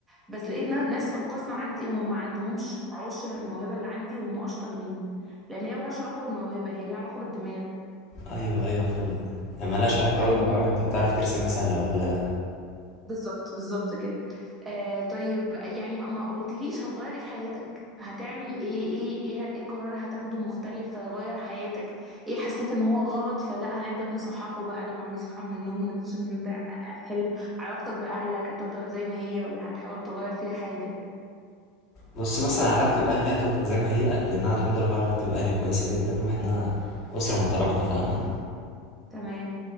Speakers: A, on the right; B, on the left.
A: بس لقيت نا- ناس في القسم عندي هم ما عندهمش عشر الموهبه اللي عندي وهم اشطر مني لان هي ملهاش علاقه بالموهبه هي ليها علاقه بالدماغ
B: ايوه ايوه فهمت يعني ملهاش علاقه
A: فاهمني
B: قوي بالعوار انت بتعرف ترسم مثلا ولا ولا لا
A: بالظبط بالظبط كده آه طيب يعني ما ما قلتليش هتغيري في حياتك هتعمل ايه ايه ايه ايه قرار هتاخده مختلف فيغير حياتك ايه حسيت ان هو غلط فلا هنبدأ نصححه بقى لما نصحى من النوم ونكتشف ان ده حلم علاقتك بأهلك هتفضل زي ما هي ولا هتحاول تغير فيها حاجة
B: بص مثلا علاقتي باهلي هتفضل زي ما هي لان انا الحمد لله علاقتي باهلي كويسه جدا واحنا اسره مترابطه فاهمه
A: تمام